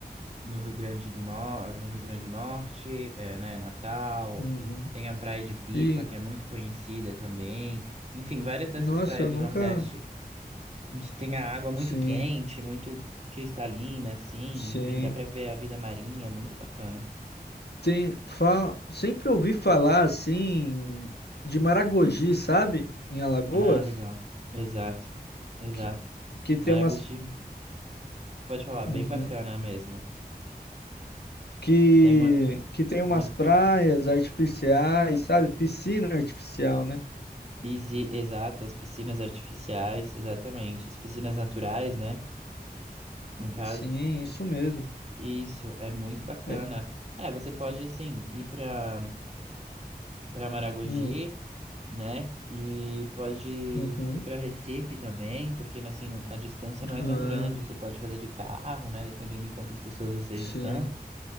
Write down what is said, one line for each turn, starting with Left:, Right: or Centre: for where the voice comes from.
Right: no Rio Grande do Norte, no Rio Grande do Norte, é, né, Natal,
Left: Uhum.
Right: tem a Praia de Pipa,
Left: E,
Right: que é muito conhecida também. Enfim, várias dessas
Left: nossa,
Right: praias
Left: eu
Right: do
Left: nunca.
Right: Nordeste, a gente tem a água muito
Left: Sim,
Right: quente, muito cristalina, assim,
Left: sim.
Right: enfim, dá pra ver a vida marinha, é muito bacana.
Left: Tem, fa- sempre ouvi falar assim de Maragogi, sabe? Em Alagoas,
Right: Ah, legal. Exato, exato.
Left: que, que tem
Right: Maragogi,
Left: umas
Right: pode falar, bem
Left: Uhum.
Right: bacana mesmo.
Left: que
Right: Tem uma,
Left: que tem umas
Right: umas.
Left: praias artificiais, sabe? Piscina artificial, né?
Right: Pisci- Exato, as piscinas artificiais, exatamente. As piscinas naturais, né? No caso,
Left: Sim, isso mesmo.
Right: isso é muito bacana.
Left: É,
Right: É, você pode, assim, ir para para Maragogi,
Left: hum,
Right: né? E pode ir
Left: uhum.
Right: para Recife também, porque, assim, não- a distância não é
Left: Ah,
Right: tão grande. Você pode fazer de carro, né? Dependendo de quantas pessoas vocês
Left: sim,
Right: estão.